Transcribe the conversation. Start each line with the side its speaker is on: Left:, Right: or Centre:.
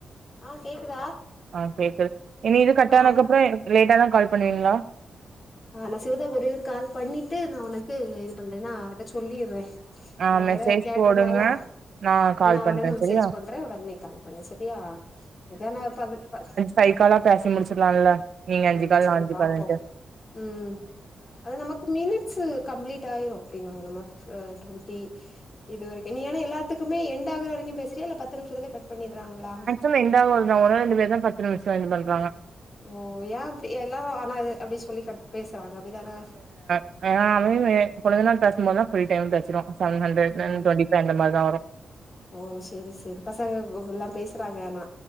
Left: ஆ கேக்குதா
Right: ஆ கேக்குது இனி இது கட்
Left: ஆ
Right: ஆனதுக்கு
Left: அதா
Right: அப்புறோ லேட்டா தா கால் பண்ணுவீங்களா
Left: ஆ நா சிவதா ஒரே ஒரு கால் பண்ணிட்டு நா உனக்கு இது பண்றேன்ன அவிட்ட சொல்லிறே
Right: ஆ
Left: அவ
Right: மெசேஜ்
Left: வேற கேட்டிருந்தாளா
Right: போடுங்க கால்
Left: நா
Right: பண்றே
Left: உடனே மெசேஜ்
Right: சரியா
Left: பண்றே உடனே கால் பண்ணு சரியா இதானா பா பா
Right: பை காலா பேசி முடிச்சிடலால்ல நீங்க அஞ்சு
Left: ம்
Right: கால்
Left: சரி
Right: நா அஞ்சு
Left: பாப்போ
Right: காலட்டு
Left: ம் அதன நமக்கு மினிட்ஸ்ஸு கம்ப்ளீட் ஆயிரு அப்டின்னா நம்ம பிப்ப டுவெண்டி இது வரைக்கு நீ ஆனா எல்லாத்துக்குமே எண்ட்டாகற வரைக்கு பேசுறிய இல்ல பத்து நிமிஷத்துலே கட் பண்ணிடுறாங்ளா
Right: இல்ல எண்டாகற வர தா ஒராள் ரெண்டு பேரு தா பத்து நிம்ஷோ வந்து பண்றாங்க
Left: ஓ ஏ அப்டி எல்லாரு ஆனா அப்டி சொல்லி கட் பேசுறாங்க அப்டிதான
Right: அ அவுங்களுமே கொழுந்தனார் பேசம்போத் தா ஃபுல் டைம் பேசறோ செவென் ஹன்ட்ரேட் வென்
Left: ம்
Right: டுவெண்டி ஃபை அந்த மாரி தா வரு
Left: ஓ சேரி சேரி பசங்கோ எல்லா பேசுறாங்க ஆனா